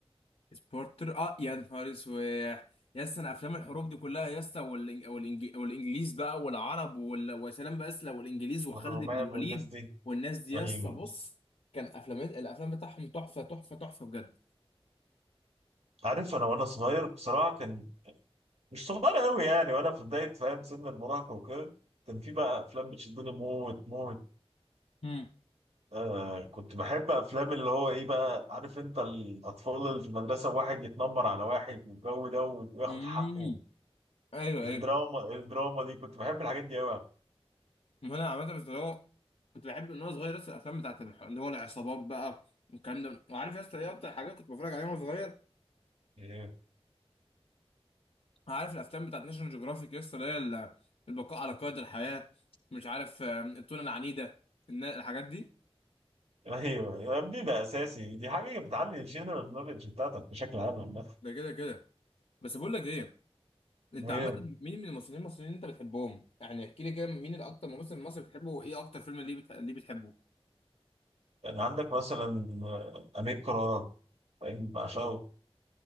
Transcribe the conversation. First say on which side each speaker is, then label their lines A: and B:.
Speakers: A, on the left (about 70°); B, on the right (about 80°).
A: سبورتر اه يا نهار اسود يسا انا افلام الحروب دي كلها يسا والإنج... والإنج... والانجليز بقى والعرب وال... وسلام باسله والانجليز وخالد
B: والرومان
A: بن الوليد
B: والناس دي
A: والناس دي يسا
B: ايوه
A: بص كان افلام الافلام بتاعهم تحفه تحفه تحفه بجد
B: عارف انا وانا صغير بصراحة كان مش صغير قوي يعني وانا في بداية فاهم سن المراهقة وكده كان في بقى افلام بتشدني موت موت
A: امم
B: آه كنت بحب افلام اللي هو ايه بقى عارف انت الاطفال اللي في المدرسة واحد يتنمر على واحد والجو ده وياخد
A: امم
B: حقه
A: ايوه
B: الدراما
A: ايوه
B: الدراما دي كنت بحب الحاجات دي
A: ما انا عامه بس اللي هو كنت بحب ان انا صغير لسه الافلام بتاعت الح- اللي هو العصابات بقى والكلام ده وعارف يا اسطى ايه اكتر حاجات كنت بتفرج عليها وانا صغير
B: قوي
A: عارف الافلام بتاعت ناشونال جيوغرافيك يا اسطى اللي هي ال- البقاء على قيد الحياه مش عارف آم، التونه العنيده الن- الحاجات دي
B: ايوه يا ابني ده اساسي دي حاجه بتعلي الجنرال نوليدج بتاعتك بشكل عام عامه
A: ده كده كده بس بقول لك ايه انت
B: مهم
A: عامه مين من الممثلين المصريين اللي انت بتحبهم يعني احكي لي كده مين الاكتر ممثل مصري بتحبه وايه اكتر فيلم ليه بتح... ليه بتحبه
B: يعني عندك مثلا آه، امير كرارة فاهم؟ بعشقه